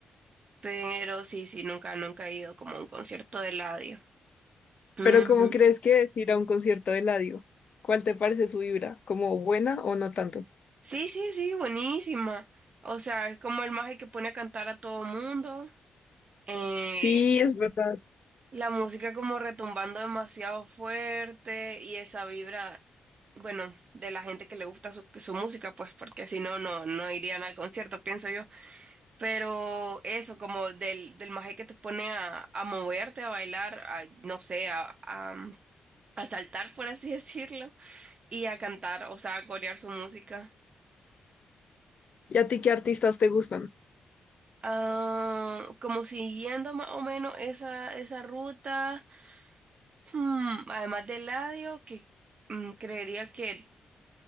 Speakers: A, on the right; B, on the left.
A: pero sí, sí, nunca, nunca he ido como a un concierto de Eladio. Mm,
B: Pero ¿cómo crees que es ir a un concierto de Eladio? ¿Cuál te parece su vibra? ¿Como buena o no tanto?
A: Sí, sí, sí, buenísima. O sea, es como el mago que pone a cantar a todo mundo. Eh,
B: Sí, es verdad.
A: la música como retumbando demasiado fuerte y esa vibra, bueno, de la gente que le gusta su, su música, pues porque si no, no, no irían al concierto, pienso yo. Pero eso, como del, del maje que te pone a, a moverte, a bailar, a, no sé, a, a, a saltar, por así <laughs> decirlo, y a cantar, o sea, a corear su música.
B: ¿Y a ti qué artistas te gustan?
A: Ah, como siguiendo más o menos esa, esa ruta, hmm, además de Eladio, que mm, creería que